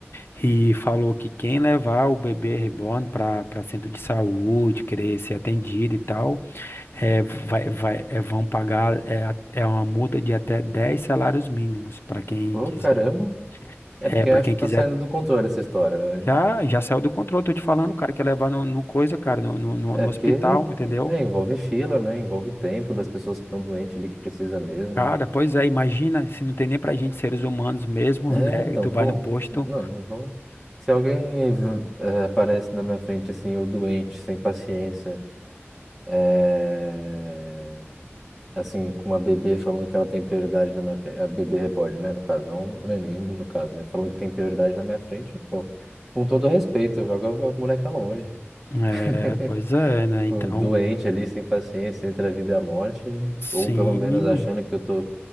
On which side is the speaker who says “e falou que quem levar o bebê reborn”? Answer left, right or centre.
Left